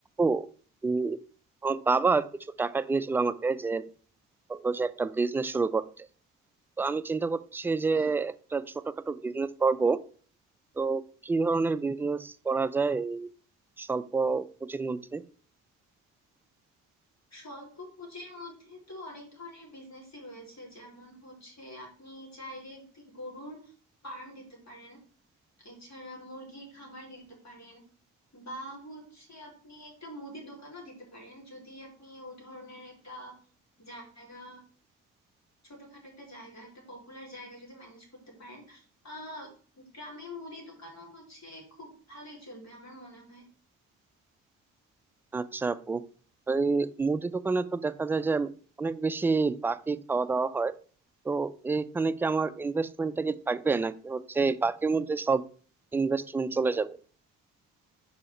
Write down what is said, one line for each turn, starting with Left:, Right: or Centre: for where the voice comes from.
Centre: ও উম, আমার বাবা কিছু টাকা দিয়েছিল আমাকে যে বললো যে একটা বিজনেস শুরু করতে তো আমি চিন্তা করছি যে
Left: হুম
Centre: একটা ছোটখাটো বিজনেস করব তো কি ধরনের বিজনেস করা যায় এই স্বল্প পুঁজির মধ্যে
Left: স্বল্প পুঁজির মধ্যে তো অনেক ধরনের বিজনেসই রয়েছে যেমন হচ্ছে আপনি চাইলে একটি গরুর ফার্ম দিতে পারেন এছাড়া মুরগির খামার দিতে পারেন বা হচ্ছে আপনি একটা মুদি দোকানও দিতে পারেন যদি আপনি ও ধরনের একটা জায়গা ছোটখাটো একটা জায়গা একটা পপুলার জায়গা যদি ম্যানেজ করতে পারেন আহ গ্রামে মুদি দোকানও হচ্ছে খুব ভালোই চলবে আমার মনে হয়
Centre: আচ্ছা আপু এই মুদি দোকানে তো দেখা যায় যে অনেক বেশি বাকি খাওয়া দাওয়া হয় তো এইখানে কি আমার ইনভেস্টমেন্টটা কি থাকবে নাকি হচ্ছে এই বাকির মধ্যে সব ইনভেস্টমেন্ট চলে যাবে